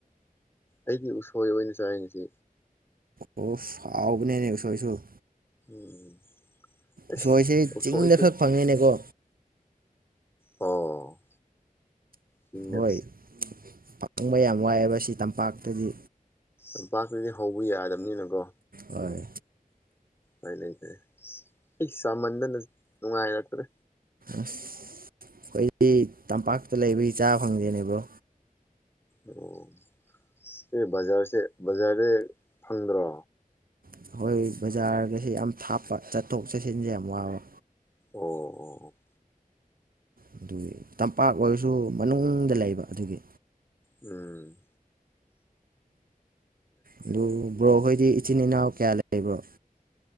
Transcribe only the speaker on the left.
ꯑꯩꯒꯤ ꯎꯁꯣꯏ ꯑꯣꯏꯅ ꯆꯥꯏꯅꯤꯡꯁꯤ
ꯎꯝ ꯑꯁ
ꯎꯁꯣꯏꯁꯦ
ꯑꯣ ꯆꯤꯡꯗ
ꯇꯝꯄꯥꯛꯇꯨꯗꯤ ꯍꯧꯕ ꯌꯥꯗꯕꯅꯤꯅꯀꯣ
ꯑꯩ ꯂꯩꯇꯦ ꯑꯩ ꯆꯃꯟꯗꯅ ꯅꯨꯡꯉꯥꯏꯔꯛꯇ꯭ꯔꯦ
ꯑꯣ ꯁꯤ ꯕꯖꯥꯔꯁꯦ ꯕꯖꯥꯔꯗꯤ ꯐꯪꯗ꯭ꯔꯣ
ꯑꯣ ꯑꯣ ꯑꯣ
ꯎꯝ